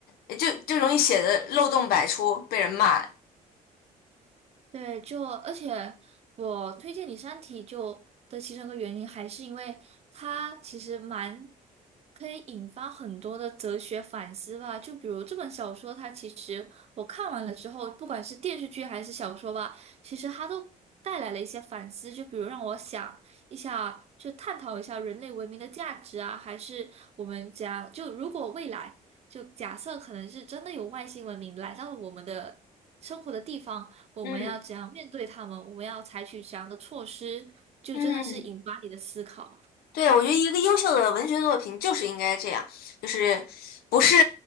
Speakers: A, on the left; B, on the right.
A: 哎，就就容易写的漏洞百出，被人骂。
B: 对，就而且我推荐你《三体》就的其中一个原因，还是因为它其实蛮可以引发很多的哲学反思吧。就比如这本小说，它其实我看完了之后，不管是电视剧还是小说吧，其实它都带来了一些反思。就比如让我想一下，就探讨一下人类文明的价值啊，还是我们讲就如果未来，就假设可能是真的有外星文明来到了我们的生活的地方。我们要怎样面对他们？
A: 嗯
B: 我们要采取怎样的措施？就真的是引发你的思考。
A: 嗯。对，我觉得一个优秀的文学作品就是应该这样，就是不是